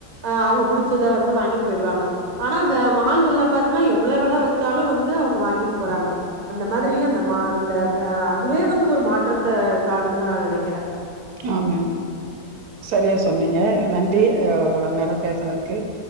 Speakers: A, on the right (about 35°); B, on the right (about 75°).
A: ஆ அவங்க புடிச்சத வந்து வாங்கிட்டு போயிடுவாங்க ஆனா அத மால்கள்ல பாருங்க எவ்வளவு வெல வச்சாலு வந்து அவங்க வாங்கிட்டு போறாங்க அந்த மாதிரி அந்த மா அந்த த அதுவே வந்து ஒரு மாற்றத்த காணும் தா நா நெனைக்கறே
B: ஆமா சரியா சொன்னீங்க நன்றி அவ்ளோ நேரோ பேசுனதுக்கு